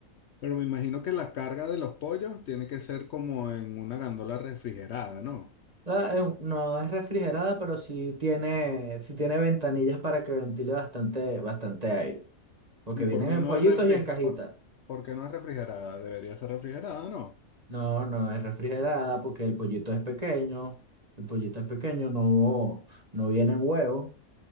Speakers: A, on the left; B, on the right.
A: Pero me imagino que la carga de los pollos tiene que ser como en una gandola refrigerada, ¿no?
B: La- eh, no es refrigerada, pero sí tiene, sí tiene ventanillas para que ventile bastante, bastante aire, porque
A: ¿Y
B: vienen
A: por qué
B: en
A: no
B: pollitos
A: es refri
B: y en cajitas.
A: por, por qué no es refrigerada? Debería ser refrigerada, ¿no?
B: No, no es refrigerada porque el pollito es pequeño. El pollito es pequeño, no, no vienen huevos.